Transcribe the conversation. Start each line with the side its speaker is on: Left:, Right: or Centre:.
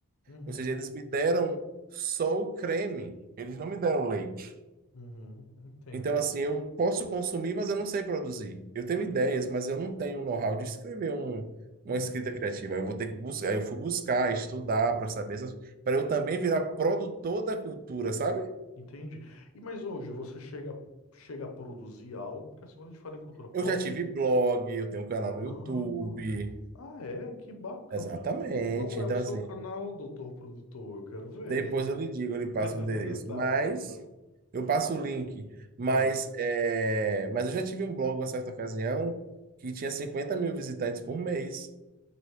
Left: Uhum.
Right: Ou seja, eles me deram só o creme, eles não me deram o leite.
Left: Uhum. Entendo.
Right: Então, assim, eu posso consumir, mas eu não sei produzir. Eu tenho ideias, mas eu não tenho o know-how de escrever um, uma
Left: Uhum.
Right: escrita criativa. Eu vou ter que buscar, eu fui buscar, estudar para saber essas, para eu também virar produtor da cultura, sabe?
Left: Entendi. E mas hoje você chega chega a produzir algo? Porque assim, quando a gente fala em cultura pop,
Right: Eu já tive blog, eu tenho um canal no
Left: Ah,
Right: YouTube.
Left: ah, é? Que bacana.
Right: Exatamente.
Left: Qual é
Right: Então,
Left: o seu
Right: assim,
Left: canal, doutor produtor? Eu quero ver.
Right: Depois eu lhe digo, eu lhe
Left: <laughs>
Right: passo o endereço.
Left: Tá
Right: Mas
Left: bom, então.
Right: eu passo o link. Mas,
Left: Tá.
Right: é, mas eu já tive um blog, uma certa ocasião, que tinha 50 mil visitantes por mês.